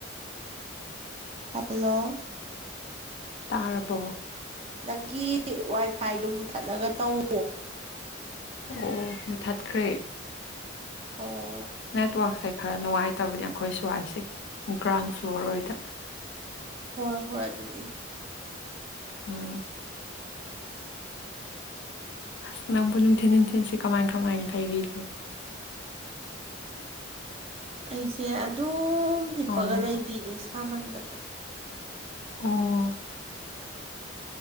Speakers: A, on the right (about 30°); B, on the left (about 60°).
A: ꯍꯜꯂꯣ
B: ꯇꯥꯔꯕꯣ
A: ꯅꯪꯒꯤ ꯋꯥꯏꯐꯥꯏꯗꯨꯣ ꯃꯨꯊꯠꯂꯒ ꯇꯧ
B: ꯑꯣ ꯃꯨꯊꯠꯈ꯭ꯔꯦ
A: ꯑꯣ
B: ꯅꯦꯠꯋꯥꯛ ꯁ ꯈꯔ ꯅꯨꯡꯉꯥꯏꯇꯕꯅꯤ ꯑꯩꯈꯣꯏ ꯁ꯭ꯋꯥꯏꯁꯦ ꯒ꯭ꯔꯥꯎꯟ ꯐ꯭ꯂꯣꯔ ꯑꯣꯏꯗ
A: ꯍꯣꯏ ꯍꯣꯏ ꯑꯗꯨꯅꯤ
B: ꯎꯝ ꯑꯁ ꯅꯪꯕꯨ ꯅꯨꯡꯊꯤꯟ ꯅꯨꯡꯊꯤꯟꯁꯤꯦ ꯀꯃꯥꯏ ꯀꯃꯥꯏꯅ ꯄꯥꯏꯕꯤꯒꯦ
A: ꯑꯩꯁꯦ ꯑꯗꯨꯝ ꯍꯤꯞꯄꯒ
B: ꯑꯣ
A: ꯂꯩꯕꯤꯅꯦ ꯁꯥꯃꯟꯗꯅ
B: ꯑꯣ